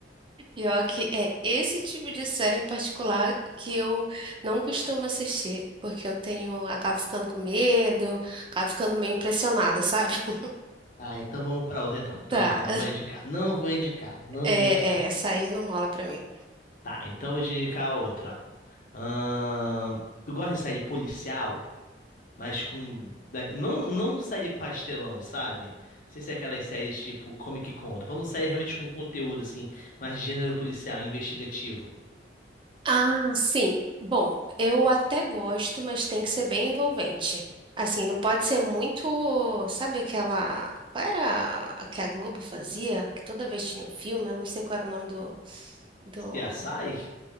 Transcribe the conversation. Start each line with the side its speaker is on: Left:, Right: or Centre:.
Right: Pior que é esse tipo de série em particular que eu não costumo assistir, porque eu tenho, acabo ficando com medo, acabo ficando meio impressionada, sabe? <laughs>
Left: Ah, então vamos pra outra, então. Então,
Right: Tá,
Left: não, não vou indicar. Não vou indicar. Não
Right: é,
Left: vou indicar.
Right: é, essa aí não rola pra mim.
Left: Tá, então vou te indicar outra. Ahn, tu gosta de série policial? Mas com. da- Não, não série pastelão, sabe? Sem ser aquelas séries tipo Comic Con. Tô falando série realmente com conteúdo, assim, mais de gênero policial, investigativo.
Right: Ah, sim. Bom, eu até gosto, mas tem que ser bem envolvente. Assim, não pode ser muito, sabe aquela, qual era a que a Globo fazia? Que toda vez tinha um filme, eu não sei qual era o nome do, do
Left: CSI?